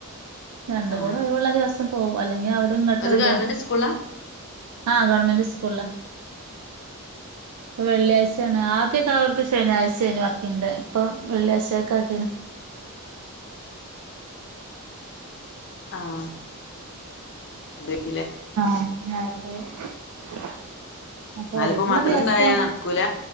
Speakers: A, on the right; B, on the left.
A: രണ്ടും
B: ആ
A: കൂടെ ഒഴിവുള്ള ദിവസം പോവും അല്ലെങ്കി അവരിങ്ങട്ട്
B: ഒരു
A: വരും
B: ഗവൺമെന്റ് സ്കൂളാ
A: ആഹ് ഗവണ്മെന്റ് സ്കൂളിലാ ഇപ്പ വെള്ളിയാഴ്ച്ചാണ് ആദ്യൊക്കൊ അവർക്ക് ശനിയാഴ്ച ആയിന്നു വർക്കിംഗ് ഡേ ഇപ്പൊ വെള്ളിയാഴ്ച്ചക്ക് ആക്കിക്ക്ണ്
B: ആഹ് <unintelligible> ല്ലേ
A: ആഹ് <unintelligible> അപ്പൊ
B: എന്നാലിപ്പോ
A: ഒഴിവ്ള്ള
B: മദ്രസ
A: ദിവസം
B: ഉണ്ടായ നടക്കൂല